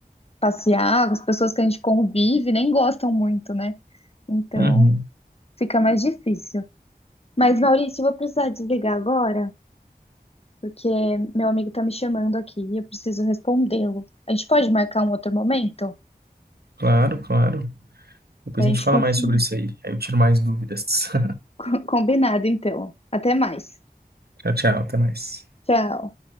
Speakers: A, on the left; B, on the right.
A: passear, as pessoas que a gente convive nem gostam muito, né? Então
B: uhum.
A: fica mais difícil. Mas, Maurício, eu vou precisar desligar agora. porque meu amigo tá me chamando aqui e eu preciso respondê-lo. A gente pode marcar um outro momento?
B: Claro, claro. Depois
A: A
B: a
A: gente
B: gente fala
A: continua
B: mais sobre isso aí. Aí eu tiro mais dúvidas. <laughs>
A: <laughs> combinado, então. Até mais.
B: Tchau, tchau. Até mais.
A: Tchau.